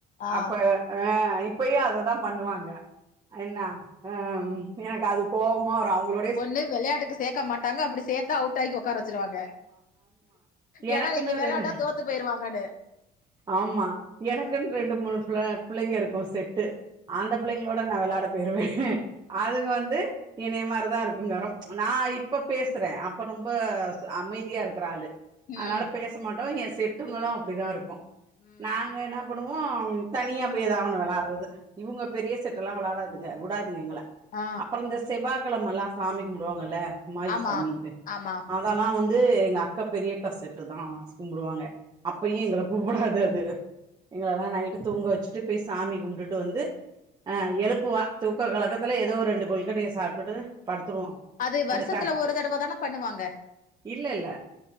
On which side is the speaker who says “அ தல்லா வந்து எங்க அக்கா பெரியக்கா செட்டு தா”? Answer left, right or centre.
Right